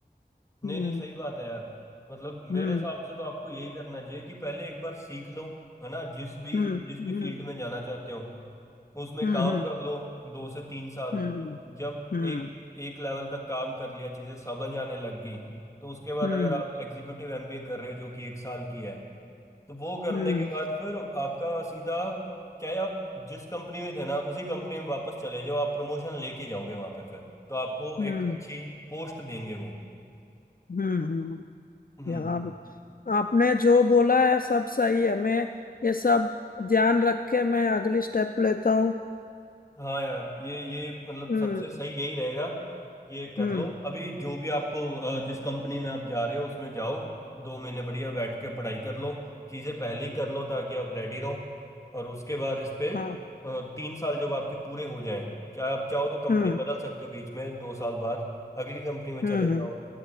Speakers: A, on the left (about 20°); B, on the left (about 55°).
A: नहीं
B: हम्म
A: नहीं सही बात है यार मतलब
B: हम्म
A: मेरे हिसाब से तो आपको यही करना चाहिए कि पहले एक बार सीख लो है ना जिस भी
B: हम्म
A: जिस भी
B: हम्म
A: फील्ड में जाना चाहते हो उसमें
B: हम्म
A: काम
B: हम्म
A: कर लो दो से तीन साल
B: हम्म
A: जब
B: हम्म।
A: एक एक लेवल तक काम कर लिया चीज़ें समझ आने लग गई तो उसके बाद
B: हम्म
A: अगर आप एग्जीक्यूटिव एमबीए कर रहे हो जो कि एक साल की है तो वो करने
B: हम्म
A: के बाद फिर आपका सीधा चाहे आप जिस कंपनी में थे ना उसी कंपनी में वापस चले जाओ आप प्रमोशन लेके जाओगे वहां पे फिर तो आपको
B: हम्म
A: एक अच्छी पोस्ट देंगे वो
B: हम्म हम्म।
A: हम्म
B: यहाँ पे- आपने जो बोला है सब सही है मैं ये सब ध्यान रख के मैं अगली स्टेप लेता हूँ
A: हाँ यार ये ये मतलब
B: हम्म
A: सबसे सही यही रहेगा कि ये कर
B: हम्म
A: लो अभी जो भी आपको अ, जिस कंपनी में आप जा रहे हो उसमें जाओ दो महीने बढ़िया बैठ के पढ़ाई कर लो चीज़ें पहले ही कर लो ताकि आप रेडी रहो और उसके बाद इस पे
B: हाँ
A: अ, तीन साल जब आपके पूरे हो जाएं चाहे आप चाहो तो कंपनी
B: हम्म
A: बदल सकते हो बीच में दो साल बाद अगली कंपनी में
B: हम्म
A: चले जाओ
B: हम्म